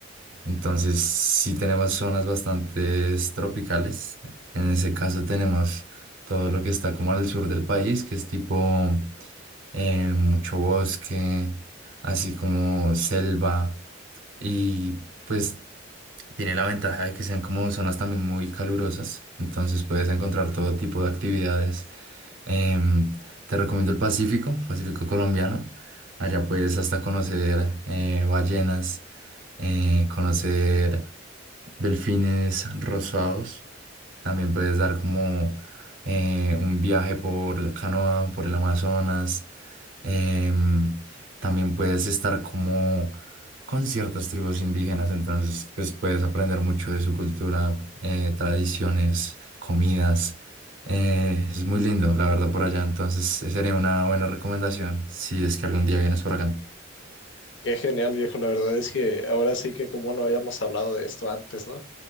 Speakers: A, on the right (about 70°); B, on the left (about 70°).
A: entonces sí tenemos zonas bastante tropicales, en ese caso tenemos todo lo que está como al sur del país, que es tipo eh, mucho bosque, así como selva y pues tiene la ventaja de que sean como zonas también muy calurosas, entonces puedes encontrar todo tipo de actividades. Em, te recomiendo el Pacífico, Pacífico colombiano. Allá puedes hasta conocer eh, ballenas, eh, conocer delfines rosados. También puedes dar como eh, un viaje por canoa, por el Amazonas. Em, también puedes estar como con ciertas tribus indígenas, entonces pues puedes aprender mucho de su cultura, eh, tradiciones, comidas. Eh, es muy lindo, la verdad, por allá. Entonces, sería una buena recomendación si es que algún día vienes por acá.
B: Qué genial, viejo. La verdad es que ahora sí que como no habíamos hablado de esto antes, ¿no?